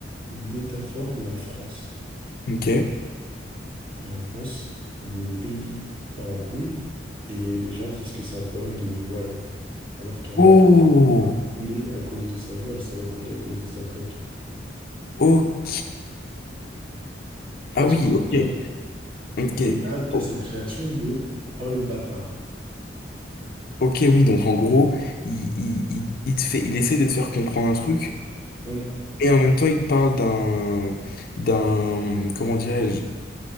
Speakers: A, on the right; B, on the left.
A: une métaphore de la France.
B: ok.
A: Et en France, le pays part en couille et les gens disent que c'est un problème de voile. Alors qu'un bateau
B: Oh,
A: va couler à cause de sa voile, ça va couler à cause de sa coque.
B: ok.
A: Tu
B: Ah
A: vois
B: oui,
A: ce que je
B: ok,
A: veux dire?
B: ok.
A: Et là, tu
B: O-
A: as cette réaction de Oh le bâtard.
B: Ok, oui, donc en gros, il, il, il, il te fait, il essaye de te faire comprendre un truc,
A: Mm.
B: et en même temps, il te parle d'un, d'un, comment dirais-je,